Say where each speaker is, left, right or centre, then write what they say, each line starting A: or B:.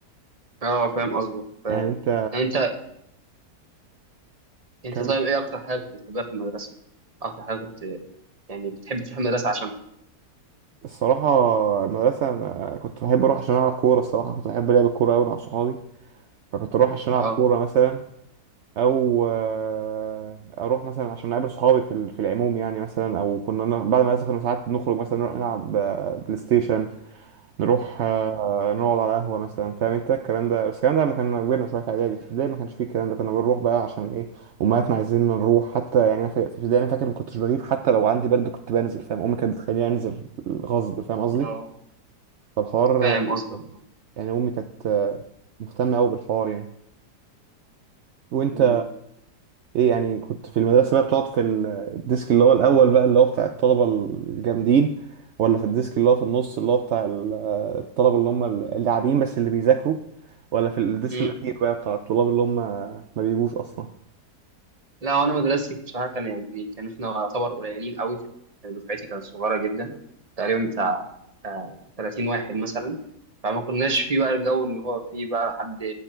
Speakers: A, on the right; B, on the right.
A: أه فاهم قصدك فاهم
B: يعني أنت
A: يعني أنت أنت
B: كان
A: طيب إيه أكتر حاجة كنت بتحبها في المدرسة؟ أكتر حاجة كنت يعني بتحب تروح المدرسة عشانها؟
B: الصراحة المدرسة أنا كنت بحب أروح عشان ألعب كورة الصراحة كنت بحب لعب الكورة أوي مع صحابي فكنت أروح عشان
A: أه
B: ألعب كورة مثلا او آه، اروح مثلا عشان اقابل صحابي في ال- في العموم يعني مثلا او كنا ن- بعد ما كنا ساعات نخرج مثلا نروح نلعب آه، بلاي ستيشن نروح آه، نقعد على قهوه مثلا فاهم انت الكلام ده بس الكلام ده لما كنا كبرنا شويه في اعدادي في ابتدائي ما كانش فيه الكلام ده كنا بنروح بقى عشان ايه امهاتنا عايزيننا نروح حتى يعني أنا في في ابتدائي انا فاكر ما كنتش بغيب حتى لو عندي برد كنت بنزل فاهم امي كانت بتخليني انزل غصب فاهم قصدي
A: أيوه
B: فالحوار
A: فاهم قصدك اه.
B: يعني امي كانت آه، مهتمه قوي بالحوار يعني وانت
A: مم.
B: ايه يعني كنت في المدرسة بقى بتقعد في الديسك اللي هو الأول بقى اللي هو بتاع الطلبة الجامدين ولا في الديسك اللي هو في النص اللي هو بتاع ال- الطلبة اللي هم اللاعبين بس اللي بيذاكروا ولا في الديسك
A: مم.
B: الأخير بقى بتاع الطلاب اللي هم ما بيجوش أصلا
A: لا وانا مدرستي بصراحه كان يعني كان احنا يعتبر قليلين قوي كان دفعتي كانت صغيره جدا تقريبا بتاع آه 30 واحد مثلا فما كناش فيه بقى الجو اللي هو فيه بقى حد